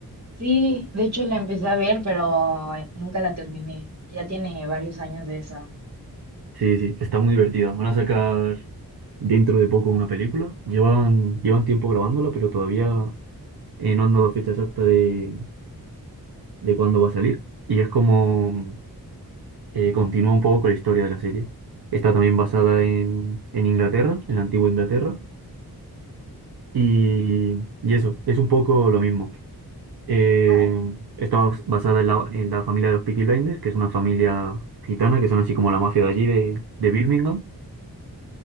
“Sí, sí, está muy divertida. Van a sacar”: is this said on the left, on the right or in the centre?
Right